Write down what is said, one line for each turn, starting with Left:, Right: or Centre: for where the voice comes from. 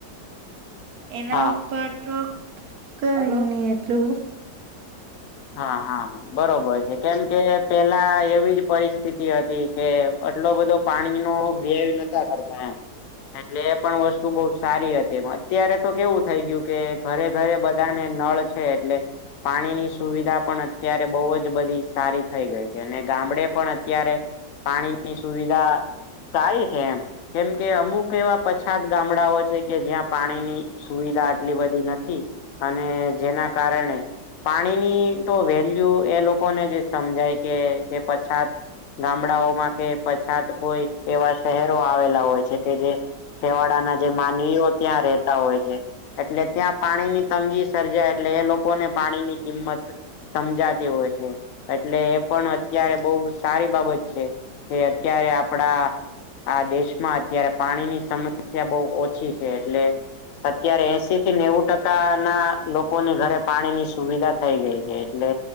Right: એના
Left: હા
Right: ઉપર તો કરી ન એટલુ
Left: હા હા બરોબર છે. કેમ કે પેલા એવી જ પરિસ્થિતિ હતી કે આટલો બધો પાણી નો વ્યય નતા કર હા. એટલે એ પણ વસ્તુ બહું સારી હતી એ અત્યારે તો કેવું થઈ ગયું કે ઘરે ઘરે બધાને નળ છે એટલે પાણીની સુવિધા પણ અત્યારે બહુ જ બધી સારી થઈ ગઈ છે અને ગામડે પણ અત્યારે પાણીની સુવિધા સારી છે એમ કેમ કે અમુક એવા પછાત ગામડાઓ છે કે જ્યાં પાણીની સુવિધા આટલી બધી નથી અને જેના કારણે પાણીની તો વેલ્યુ એ લોકોને જ સમજાય કે જે પછાત ગામડાઓમાં કે પછાત કોઈ એવા શહેરો આવેલા હોય છે કે જે છેવાડાના જે માનવીઓ ત્યાં રે તા હોય છે એટલે ત્યાં પાણી ની તંગી સર્જાય એટલે એ લોકોને પાણી ની કિંમત સમજાતી હોય છે એટલે એ પણ અત્યારે બહું સારી બાબત છે. કે અત્યારે આપડા આ દેશમાં અત્યારે પાણીની સમસ્યા બહુ ઓછી છે એટલે અત્યારે એસી થી નેવું ટકા ના લોકોની ઘરે પાણી ની સુવિધા થઈ ગઈ છે એટલે